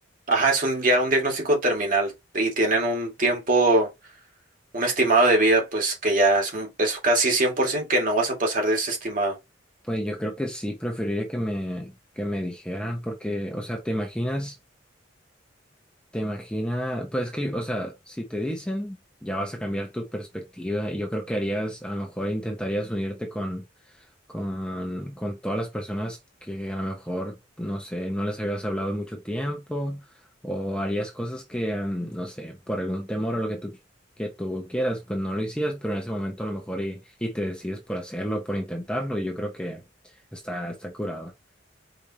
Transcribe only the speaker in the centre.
Pues yo creo que sí, preferiría que me, que me dijeran, porque, o sea, te imaginas, te imaginas, pues es que, o sea, si te dicen, ya vas a cambiar tu perspectiva y yo creo que harías, a lo mejor intentarías unirte con con, con todas las personas que a lo mejor, no sé, no les habías hablado en mucho tiempo o harías cosas que, mm, no sé, por algún temor o lo que tú, que tú quieras, pues no lo hicías, pero en ese momento a lo mejor y, y te decides por hacerlo, por intentarlo y yo creo que está, está curado.